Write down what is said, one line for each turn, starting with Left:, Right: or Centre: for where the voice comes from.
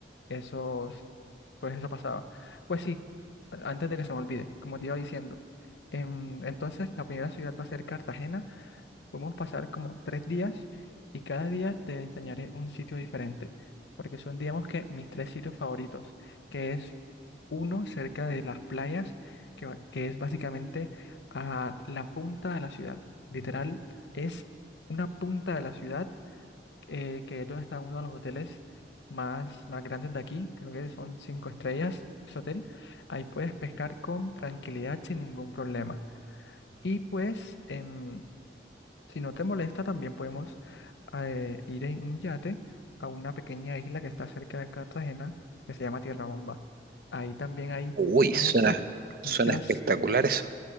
Left: esos, pues eso pasaba. Pues sí, a- antes de que se me olvide, como te iba diciendo, em, entonces la primera ciudad va a ser Cartagena Podemos pasar como tres días y cada día te enseñaré un sitio diferente, porque son, digamos que, mis tres sitios favoritos, que es uno cerca de las playas, que, va- que es básicamente a la punta de la ciudad. Literal, es una punta de la ciudad, eh, que es donde está uno de los hoteles más, más grandes de aquí, creo que son cinco estrellas ese hotel. Ahí puedes pescar con tranquilidad sin ningún problema. Y pues... em, si no te molesta, también podemos eh, ir en un yate a una pequeña isla que está cerca de Cartagena, que se llama Tierra Bomba. Ahí también hay
Right: Uy, suena,
Left: muchas,
Right: suena
Left: muchas,
Right: espectacular eso.